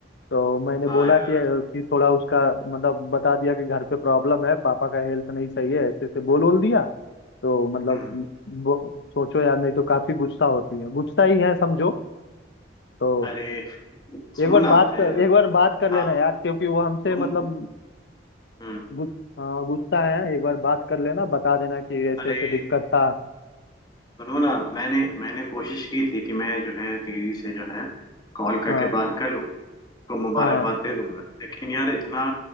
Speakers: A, on the left; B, on the left.
A: तो मैंने
B: हाँ
A: बोला
B: यार
A: कि कि थोड़ा उसका मतलब बता दिया कि घर पे प्रॉब्लम है पापा का हेल्थ नहीं सही है ऐसे ऐसे बोल बोल दिया तो मतलब
B: हम्म,
A: वो- सोचो यार नहीं तो काफी गुस्सा होती है गुस्सा ही है समझो तो
B: अरे सुनो
A: एक बार
B: ना
A: बात
B: अ,
A: कर एक बार बात कर लेना
B: हाँ
A: यार क्योंकि वो हमसे
B: तुम
A: मतलब
B: हम्म,
A: गु- अ, गुस्सा है एक बार बात कर लेना बता देना कि ऐसे
B: अरे
A: ऐसे दिक्कत था
B: सुनो ना मैंने मैंने कोशिश की थी कि मैं जो है दीदी से जो है कॉल करके
A: हाँ
B: बात कर लूँ तो मुबारकबाद
A: हाँ
B: दे दूंगा लेकिन यार इतना